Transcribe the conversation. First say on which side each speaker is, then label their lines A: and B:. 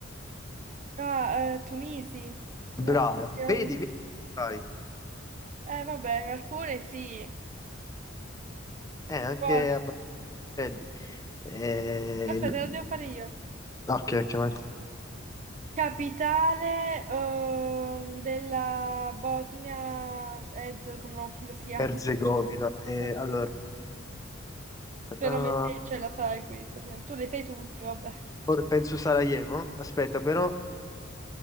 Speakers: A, on the right; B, on the left.
A: Ah, eh, Tunisi.
B: Brava.
A: No, siamo...
B: Vedi, vedi, vai.
A: Eh, vabbè, alcune sì.
B: Eh, anche
A: Poi,
B: a Baghdad. Eh,
A: aspetta,
B: n-
A: lo devo fare io.
B: ok, ok, vai.
A: Capitale, ehm, della Bosnia... Ed, come, no, come si chiama?
B: Erzegovina. Eh,
A: <laughs>
B: allora,
A: Te
B: ah,
A: lo metti, ce la sai questa, se- no, tu le sai tutti, vabbè.
B: ora penso Sarajevo. Aspetta, però. eh,